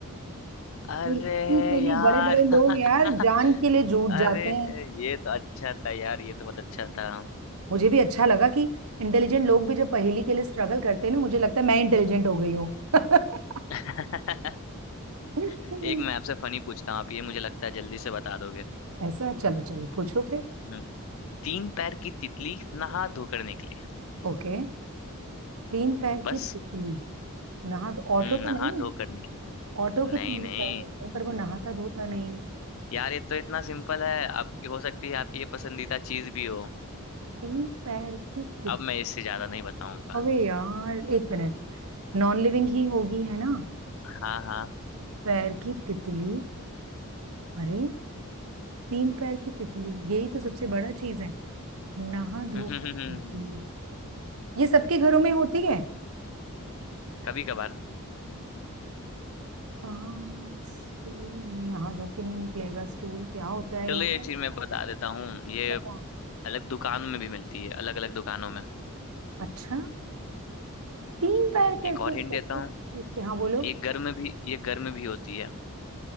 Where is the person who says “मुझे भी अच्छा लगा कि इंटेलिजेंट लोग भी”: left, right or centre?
Right